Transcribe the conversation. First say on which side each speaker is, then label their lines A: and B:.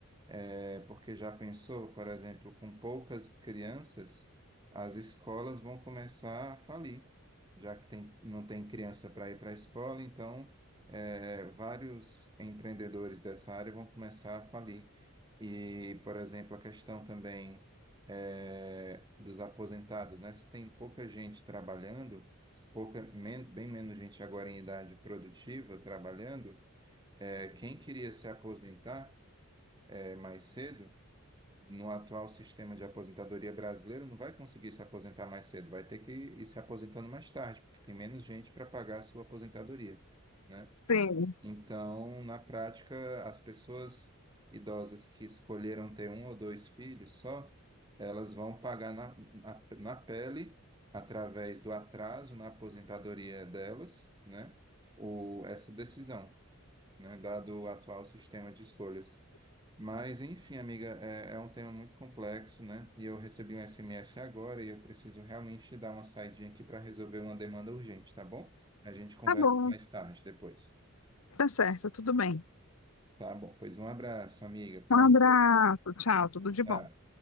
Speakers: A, on the right; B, on the left.
A: É, porque já pensou, por exemplo, com poucas crianças, as escolas vão começar a falir, já que tem, não tem criança para ir para a escola, então é, vários empreendedores dessa área vão começar a falir. E, por exemplo, a questão também é, dos aposentados, né? Se tem pouca gente trabalhando pouca, men- bem menos gente agora em idade produtiva trabalhando, é, quem queria se aposentar é, mais cedo, no atual sistema de aposentadoria brasileiro, não vai conseguir se aposentar mais cedo, vai ter que ir se aposentando mais tarde, porque tem menos gente para pagar a sua aposentadoria, né?
B: Sim,
A: Então, na prática, as pessoas idosas que escolheram ter um ou dois filhos só, elas vão pagar na, na, na pele, através do atraso na aposentadoria delas, né, o, essa decisão, né, dado o atual sistema de escolhas. Mas, enfim, amiga, é, é um tema muito complexo, né? E eu recebi um SMS agora e eu preciso realmente dar uma saidinha aqui para resolver uma demanda urgente, tá bom? A gente conversa
B: tá bom,
A: mais tarde, depois.
B: tá certo, tudo bem.
A: Tá bom, pois um abraço, amiga.
B: Um
A: Bom,
B: abraço, tchau, tudo de
A: tchau.
B: bom.